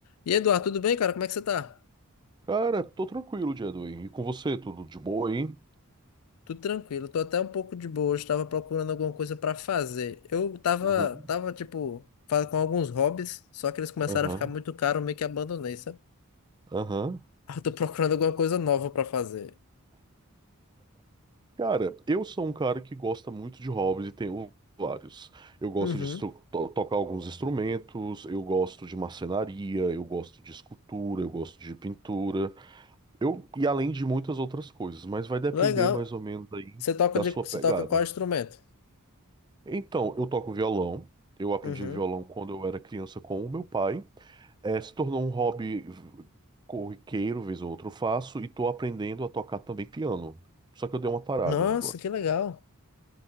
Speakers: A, on the left; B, on the right.
A: E Eduardo, tudo bem, cara? Como é que você tá?
B: Cara, tô tranquilo dia do E com você, tudo de boa, hein?
A: Tudo tranquilo, tô até um pouco de boa. Hoje tava procurando alguma coisa pra fazer. Eu tava,
B: Uhum,
A: tava tipo, fa- com alguns hobbies, só que eles começaram
B: aham,
A: a ficar muito caros, eu meio que abandonei, sabe?
B: aham.
A: <laughs> Eu tô procurando alguma coisa nova pra fazer.
B: Cara, eu sou um cara que gosta muito de hobbies e tenho vários. Eu gosto
A: Uhum.
B: de estru- to- tocar alguns instrumentos, eu gosto de marcenaria, eu gosto de escultura, eu gosto de pintura, eu e além de muitas outras coisas, mas vai depender
A: Legal.
B: mais ou menos aí
A: Você toca
B: da
A: de,
B: sua
A: você
B: pegada.
A: toca qual instrumento?
B: Então, eu toco violão. Eu aprendi
A: Uhum.
B: violão quando eu era criança com o meu pai. É, se tornou um hobby v- corriqueiro, vez ou outra eu faço, e tô aprendendo a tocar também piano. Só que eu dei uma parada
A: Nossa,
B: agora.
A: que legal.